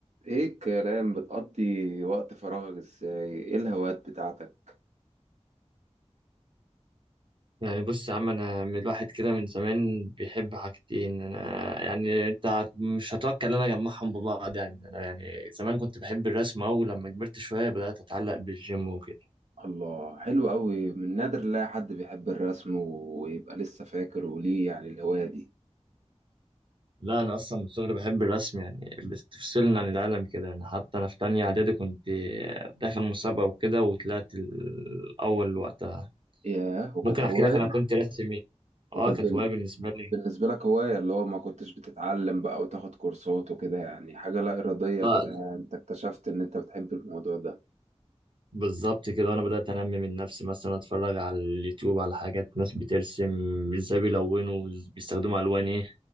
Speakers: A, on the right; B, on the right.
A: ايه الكلام بتقضي وقت فراغك ازاي ايه الهوايات بتاعتك
B: يعني بص يا عم انا من الواحد كده من زمان بيحب حاجتين انا يعني انت هت- مش هتوكل انا اجمعهم ببعض يعني انا يعني زمان كنت بحب الرسم او لما كبرت شويه بدات اتعلق بالجيم وكده
A: الله حلو قوي من نادر لا حد بيحب الرسم ويبقى لسه فاكر وليه يعني الهواية دي
B: لا انا اصلا من صغري بحب الرسم يعني بتفصلني عن العالم كده يعني حتى انا في تانية اعدادي كنت داخل مسابقه وكده وطلعت الاول وقتها
A: ياه وكانت
B: ممكن احكي
A: هواية
B: لك انا كنت راسم ايه
A: وكانت
B: اه كانت
A: بال-
B: هوايه بالنسبه لي
A: بالنسبة لك هواية اللي هو ما كنتش بتتعلم بقى وتاخد كورسات وكده يعني حاجة لا إرادية
B: آه،
A: كده يعني انت اكتشفت ان انت بتحب الموضوع ده
B: بالظبط كده وانا بدات انمي من نفسي مثلا اتفرج على اليوتيوب على حاجات ناس بترسم ازاي بيلونوا بيستخدموا الوان ايه